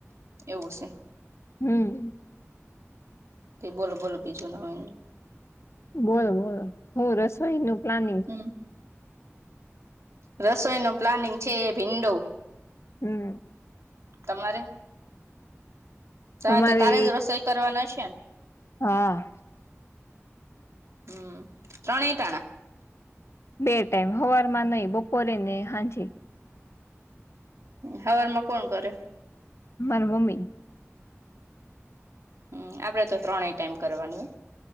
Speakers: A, on the right; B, on the left.
A: એવું છે.
B: હમ
A: તે બોલો બોલો બીજું નવીનમાં
B: બોલો બોલો હું રસોઈનું પ્લાનિંગ
A: હમ રસોઈ નુ પ્લાનિંગ છે એ ભીંડો
B: હમ
A: તમારે તારે
B: અમારે
A: તો તારે જ રસોઈ કરવાના હશે ને
B: હા
A: હમ ત્રણેય ટાણા
B: બે ટાઈમ હવારમાં નહી બપોરે ને હાજે.
A: હવારમાં કોણ કરે?
B: મારા મમ્મી.
A: હમ આપડે તો ત્રણેય ટાઈમ કરવાની હો.